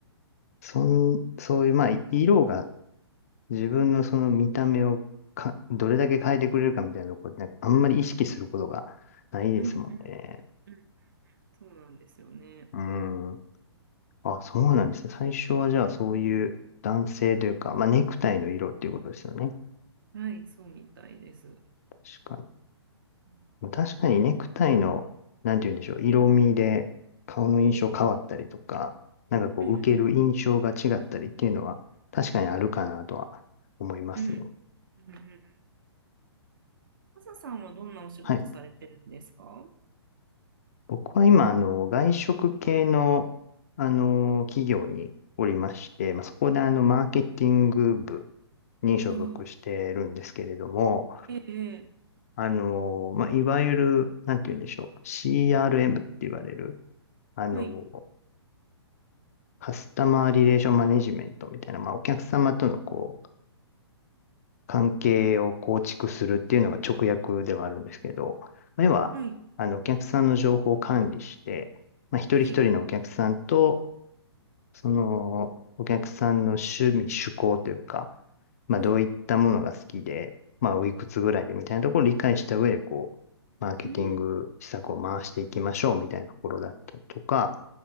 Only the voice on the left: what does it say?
そん、そういう、まあ、い色が自分のその見た目をか、どれだけ変えてくれるかみたいなところで、あんまり意識することがないですもんね。
うん。あ、そうなんですね。最初はじゃあそういう男性というか、まあネクタイの色っていうことですよね。
確か
に。確かにネクタイの、なんて言うんでしょう、色味で顔の印象変わったりとか、なんかこう受ける印象が違ったりっていうのは確かにあるかなとは思いますね。
はい。僕は今、あの、外食系の、あの、企業におりまして、まあ、そこであの、マーケティング部に所属してるんですけれども、
あの、まあ、いわゆる、なんて言うんでしょう。CRM って言われる、あの、
カスタマーリレーションマネジメントみたいな、まあ、お客様とのこう、関係を構築するっていうのが直訳ではあるんですけど、まあ要は、
あの、お客さんの情報を管理して、まあ、一人一人のお客さんと、
その、お客さんの趣味、趣向というか、まあ、
どういったものが好きで、まあ、おいくつぐらいでみたいなところを理解した上で、こう、マーケティング施策を回していきましょうみたいなところだったりとか、